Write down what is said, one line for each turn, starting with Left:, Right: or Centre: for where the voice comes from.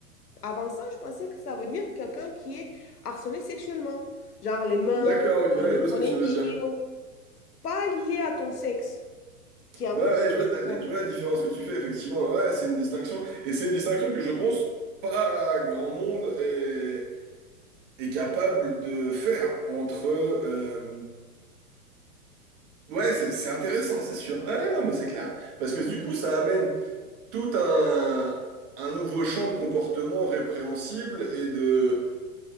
Left: avant ça, je pensais que ça veut dire quelqu'un qui est harcelé sexuellement, genre les mains,
Right: D'accord, ok, ouais,
Left: les
Right: je vois ce
Left: zones
Right: que
Left: intimes,
Right: tu veux dire.
Left: pas lié à ton sexe, qui est un
Right: Ouais,
Left: peu
Right: ouais,
Left: plus
Right: je vois la, la-
Left: broad.
Right: je vois la différence que tu fais, effectivement. Ouais, c'est une distinction. Et c'est une distinction que je pense pas grand monde est, est capable de faire entre... euh, Ouais, c'est c'est intéressant, c'est sûr. Ouais, non, mais c'est clair. Parce que du coup, ça amène tout un, un nouveau champ de comportements répréhensibles et de,